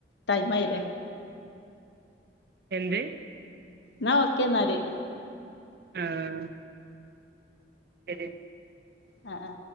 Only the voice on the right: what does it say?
എന്ത്
ആഹ് ശരി